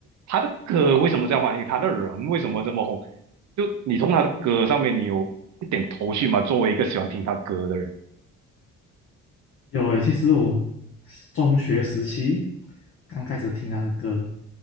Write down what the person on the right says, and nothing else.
他的歌为什么这样欢迎，他的人为什么这么红？就你从他的歌上面，你有一点头绪吗？作为一个喜欢听他歌的人，